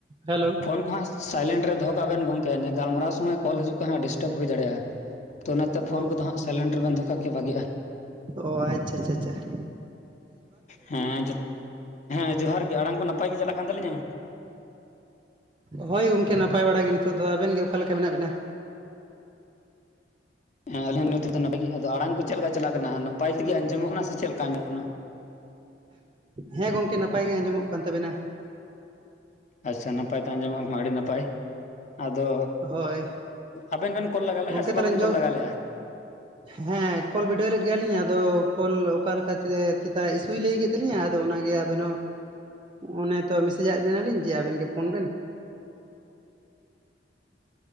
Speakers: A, on the right; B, on the left.
A: Hello.
B: Phone ᱠᱚ ᱦᱟᱸᱜ silent ᱨᱮ ᱫᱚᱦᱚ ᱠᱟᱜ ᱵᱮᱱ ᱜᱚᱝᱠᱮ ᱱᱮ ᱜᱟᱞᱢᱟᱨᱟᱣ ᱥᱚᱢᱚᱭ ᱠᱚᱞ ᱦᱤᱡᱩᱜ ᱠᱷᱟᱡ ᱦᱟᱸᱜ ᱰᱤᱥᱴᱟᱵ ᱦᱩᱭ ᱫᱟᱲᱮᱭᱟᱜᱼᱟ ᱾ ᱛᱚ ᱚᱱᱟᱛᱮ
A: ᱚ
B: ᱯᱷᱳᱱ ᱠᱚᱫᱚ ᱦᱟᱸᱜ ᱥᱟᱭᱞᱮᱱᱴ ᱨᱮᱵᱮᱱ ᱫᱚᱦᱚ ᱠᱟᱜ ᱠᱷᱟᱡ ᱜᱮ ᱵᱷᱟᱜᱤᱜᱼᱟ ᱾
A: ᱚ ᱟᱪᱪᱷᱟ ᱟᱪᱪᱷᱟ ᱟᱪᱪᱷᱟ ᱾
B: ᱦᱮᱸ, ᱦᱮᱸ ᱡᱚᱦᱟᱨ ᱜᱮ, ᱟᱲᱟᱝ ᱠᱚ ᱱᱟᱯᱟᱭ ᱜᱮ ᱪᱟᱞᱟᱜ ᱠᱟᱱ ᱛᱟᱞᱤᱧᱟ?
A: ᱦᱳᱭ ᱜᱚᱝᱠᱮ ᱱᱟᱯᱟᱭ ᱵᱟᱲᱟ ᱜᱮ ᱱᱤᱛᱚᱜ ᱫᱚ ᱾ ᱟᱵᱮᱱ ᱜᱮ ᱚᱠᱟ ᱞᱮᱠᱟ ᱢᱮᱱᱟᱜ ᱵᱮᱱᱟ?
B: ᱦᱮᱸ ᱟᱞᱤᱧ ᱦᱚᱸ ᱱᱤᱛᱚᱜ ᱫᱚ ᱱᱟᱯᱟᱭ ᱜᱮ, ᱟᱫᱚ ᱟᱲᱟᱝ ᱠᱚ ᱪᱮᱫ ᱞᱮᱠᱟ ᱪᱟᱞᱟᱜ ᱠᱟᱱᱟ ᱱᱟᱯᱟᱭ ᱛᱮᱜᱮ ᱟᱸᱡᱚᱢᱚᱜ ᱠᱟᱱᱟ ᱥᱮ ᱪᱮᱫ ᱞᱮᱠᱟ ᱟᱸᱡᱚᱢᱚᱜ ᱠᱟᱱᱟ?
A: ᱦᱮᱸ ᱜᱚᱝᱠᱮ ᱱᱟᱯᱟᱭ ᱜᱮ ᱟᱸᱡᱚᱢᱚᱜ ᱠᱟᱱ ᱛᱟᱵᱮᱱᱟ᱾
B: ᱟᱪᱷᱟ ᱱᱟᱯᱟᱭ ᱛᱮ ᱟᱸᱡᱚᱢᱚᱜ <unintelligible> ᱟᱹᱰᱤ ᱱᱟᱯᱟᱭ, ᱟᱫᱚ
A: ᱦᱳᱭ᱾
B: ᱟᱵᱮᱱ ᱵᱮᱱ ᱠᱚᱞ ᱞᱟᱜᱟᱣ
A: ᱜᱚᱝᱠᱮ
B: ᱞᱮᱜᱼᱟ ᱥᱮ
A: ᱛᱟᱦᱚᱞᱮ
B: ᱵᱟᱵᱮᱱ
A: ᱡᱚᱜ
B: ᱠᱚᱞ ᱞᱟᱜᱟᱣ ᱞᱮᱜᱼᱟ?
A: ᱦᱮᱸ ᱠᱚᱞ ᱵᱤᱰᱟᱹᱣ ᱞᱮᱫ ᱜᱮᱭᱟᱞᱤᱧ ᱟᱫᱚ ᱠᱚᱞ ᱚᱠᱟ ᱞᱮᱠᱟ ᱪᱮ ᱪᱮᱛᱟ ᱤᱥᱩᱭ ᱞᱟᱹᱭ ᱠᱮᱫ ᱛᱟᱞᱤᱧᱟ ᱟᱫᱚ ᱚᱱᱟᱜᱮ ᱟᱵᱮᱱ ᱦᱚᱸ, ᱚᱱᱮ ᱛᱚ ᱢᱮᱥᱮᱡᱟᱫ ᱵᱮᱱᱟᱞᱤᱧ ᱡᱮ ᱟᱵᱮᱱ ᱜᱮ ᱯᱷᱳᱱ ᱵᱮᱱ᱾